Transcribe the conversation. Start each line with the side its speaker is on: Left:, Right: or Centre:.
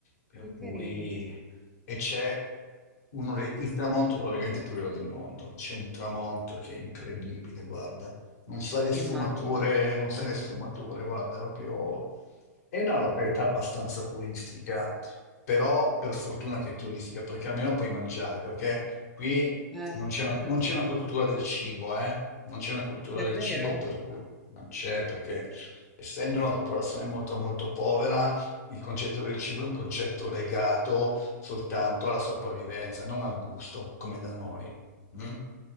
Left: per
Centre: Che carino,
Left: cui e c'è uno dei- il tramonto probabilmente più bello del mondo. C'è un tramonto che è incredibile, guarda. Non sai le sfumature,
Centre: immagino.
Left: non sai le sfumature, guarda, proprio. È una località abbastanza turistica, però per fortuna che è turistica, perché almeno puoi mangiare, perché qui
Centre: Eh,
Left: non c'è una,
Centre: <laughs>
Left: non c'è una cultura del cibo, eh? Non c'è una cultura
Centre: davvero?
Left: del cibo, per cui non c'è, perché essendo una popolazione molto molto povera, il concetto del cibo è un concetto legato soltanto alla sopravvivenza, non al gusto, come da noi. mm?